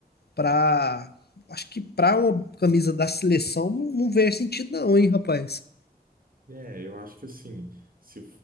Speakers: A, on the left (about 80°); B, on the right (about 60°).
A: para acho que para uma camisa da seleção não, não vê sentido não, hein, rapaz?
B: É, eu acho que assim, se,